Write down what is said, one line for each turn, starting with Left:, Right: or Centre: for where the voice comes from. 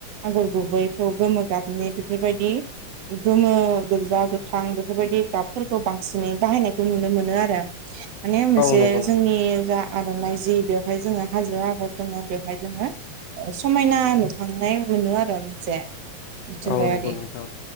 Right: आगर गुबैखौ गोमो गाबनि बेफोर बायदि गोमो गोजा गोथां बेफोरबायदि गाबफोरखौ बांसिनै बाहायनायखौ नुनो मोनो आरो माने मोनसे
Left: औ नंगौ नोंथां
Right: जोंनि जा आर'नाइ जि बेवहाय जोङो हाजो आगर दोङो बेवहाय जोङो ओ समायना नुखांनाय मोनो आरो मोनसे। मिथिंगायारि
Left: औ नंगौ नोंथां